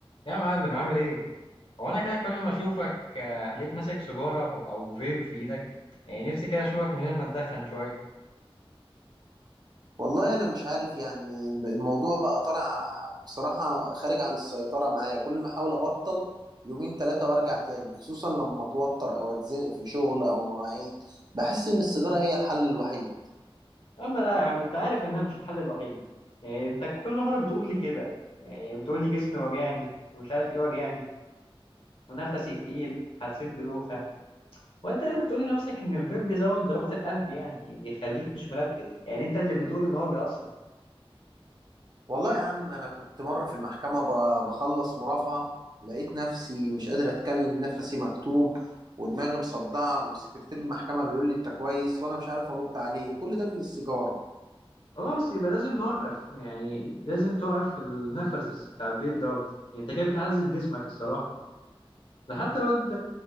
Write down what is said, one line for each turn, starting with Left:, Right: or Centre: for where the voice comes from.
Left: يا معلم عامل ايه؟ هو انا كده كل ما اشوفك آه، هلاقيك ماسك سيجارة او فيب في ايدك يعني نفسي كده اشوفك من غير ما تدخن شوية
Right: والله انا مش عارف يعني الموضوع بقى طالع بصراحة خارج عن السيطرة معايا كل ما احاول ابطل يومين ثلاثة وارجع تاني خصوصا لما اتوتر او اتزنق في شغل او مواعيد بحس ان السيجارة هي الحل الوحيد
Left: اما لا يا عم انت عارف انها مش الحل الوحيد يعني انت كل مره بتقول لي كده يعني بتقول لي جسمي وجعني ومش عارف ايه وجعني ونفسي تقيل حسيت بدوخه وانت اللي بتقول لنفسك ان الفيب بيزود ضربات القلب يعني بيخليك مش مركز يعني انت اللي بتقول ان هو بيأثر
Right: والله يا عم انا كنت مرة في المحكمة ب- بخلص مرافعة لقيت نفسي مش قادر اتكلم نفسي مكتوم ودماغي مصدعة وسكرتير المحكمة بيقول لي انت كويس وانا مش عارف ارد عليه كل ده من السيجارة
Left: خلاص يبقى لازم نوقف يعني لازم توقف النفس بتاع الفيب دوت يعني انت كده بتعذب جسمك الصراحه ده حتى الواد